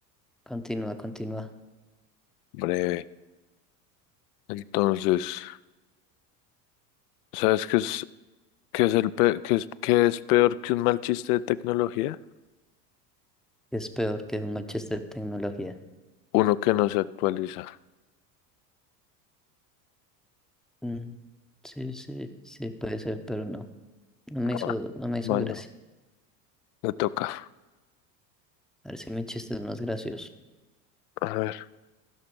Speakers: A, in the centre; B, on the left (about 65°).
A: Continúa, continúa.
B: Breve. Entonces, ¿sabes qué es, qué es, el pe- qué es, qué es peor que un mal chiste de tecnología?
A: Es peor que un Manchester tecnología.
B: Uno que no se actualiza.
A: Mm, sí, sí, sí, puede ser, pero no. No me hizo,
B: Ah,
A: no me hizo
B: Malo,
A: gracia.
B: le toca.
A: A ver si mi chiste es más gracioso.
B: A ver.